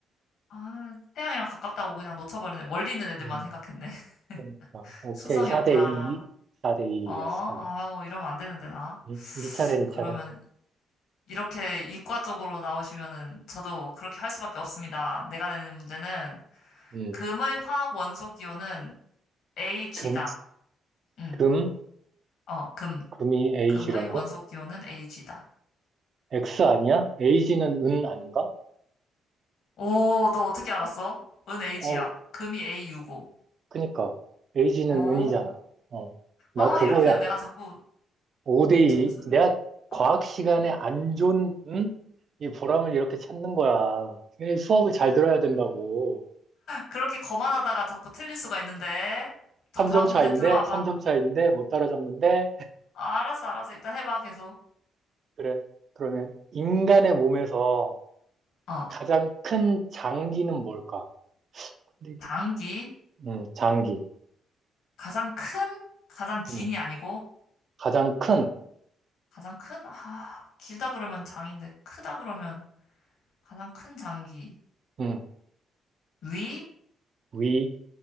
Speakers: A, on the left (about 75°); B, on the right (about 50°).
A: 아, 태양이랑 가깝다고 그냥 놓쳐버리네. 멀리 있는 애들만
B: 음,
A: 생각했네. <laughs>
B: 그러니까. 오케이.
A: 수성이었구나.
B: 4대 2. 4대 2였어.
A: 어, 아우, 이러면 안 되는데, 나.
B: 음, 네 차례, 네
A: 그러면,
B: 차례.
A: 이렇게 이과 쪽으로 나오시면은, 저도 그렇게 할 수밖에 없습니다. 내가 내는 문제는,
B: 음,
A: 금의 화학 원소 기호는 AG다.
B: 금,
A: 응,
B: 금.
A: 어, 금.
B: 금이 에이지라고?
A: 금의 원소 기호는 Ag다.
B: X 아니야? 에이지는 은 아닌가?
A: 오, 너 어떻게 알았어? 은 Ag야.
B: 어,
A: 금이 AU고.
B: 그니까. 에이지는
A: 어.
B: 은이잖아. 어. 나
A: 아,
B: 그거야.
A: 이렇게 되면 내가 자꾸
B: 5대2.
A: 점수를
B: 내가 과학
A: <laughs>
B: 시간에 안 좋은, 응? 이 보람을 이렇게 찾는 거야. 이 수업을 잘 들어야 된다고.
A: 그렇게 거만하다가 자꾸 틀릴 수가 있는데. 또
B: 3점
A: 다음
B: 차인데,
A: 문제 들어와 봐.
B: 3점 차인데, 못 따라잡는데. <laughs>
A: 아, 알았어, 알았어. 일단 해봐, 계속.
B: 그래. 그러면 인간의 몸에서
A: 어,
B: 가장 큰 장기는 뭘까? 근데 이게,
A: 당기.
B: 음, 장기.
A: 가장 큰? 가장 긴이
B: 음,
A: 아니고.
B: 가장 큰,
A: 가장 큰? 아, 길다 그러면 장인데, 크다 그러면 가장 큰 장기.
B: 음,
A: 위?
B: 위,